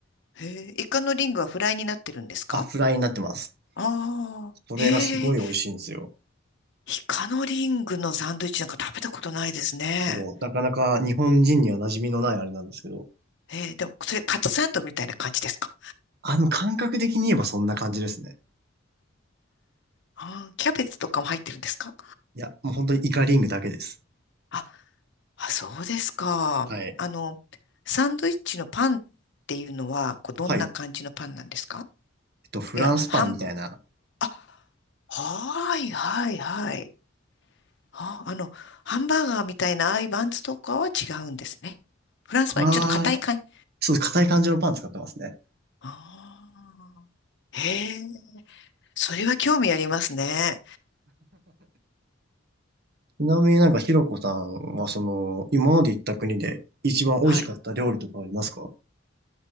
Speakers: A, on the left; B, on the right.
A: へえ、イカのリングはフライになってるんですか
B: あ、フライになってます。
A: ああー、
B: それがすごい美味しいんですよ。
A: へえ、イカのリングのサンドイッチなんか食べたことないですね。
B: そう、なかなか日本人には馴染みのないあれなんですけど。
A: えー、でも、それカツサンドみたいな感じですか
B: あの、感覚的に言えばそんな感じですね。
A: あー、キャベツとかも入ってるんですか
B: いや、もう本当にイカリングだけです。
A: あ、あ、そうですか。
B: はい。
A: あの、サンドイッチのパンっていうのは、こう、どんな感じのパンなんですか
B: はい。えっと、フランスパンみたいな。
A: いや、ハン、あ、はい、はい、はい。あ、あの、ハンバーガーみたいなああいうバンズとかは違うんですね。フランスパンにちょっと硬い感じ。
B: ああ、そう、硬い感じのパン使ってますね。
A: ああ、へえ、それは興味ありますね。
B: ちなみになんかひろこさんはその、今まで行った国で一番美味しかった料理とかありますか
A: はい。